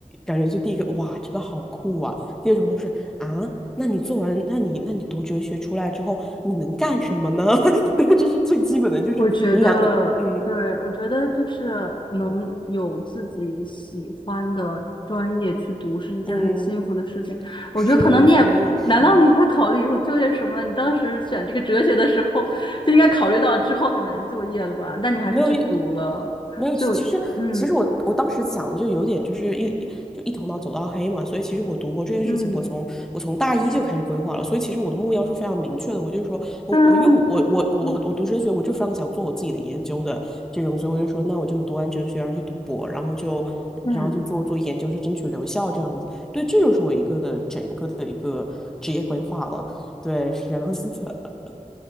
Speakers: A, in the centre; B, on the left (about 35°).
A: 感觉就第一个哇，这个好酷啊，第二种就是啊，那你做完，那你那你读哲学出来之后，你能干什么呢？<laughs> 对，这是最基本的，就是两嗯
B: 我觉得，对，我觉得就是能有自己喜欢的专业去读是一件很幸福的事情。
A: 嗯，
B: 我觉得可能你也，
A: 是，我觉得也是，
B: 难道你会考虑以后就业什么？你当时选这个哲学的时候，就应该考虑到之后很难就业了吧？但你还是去读了，
A: 没有一没有，
B: 就嗯
A: 其其实其实我我当时想的就有点就是一就一头脑走到黑嘛，所以其实我读博这件事情，
B: 嗯，
A: 我从我从大一就开始规划了，所以其实我的目标是非常明确的，我就说我我因为我我我我我读哲学，
B: 但嗯嗯
A: 我就非常想做我自己的研究的这种，所以我就说那我就读完哲学，然后去读博，然后就然后就做做研究，
B: 嗯。
A: 就争取留校这样子，对，这就是我一个的整个的一个职业规划了，对，是这样子的，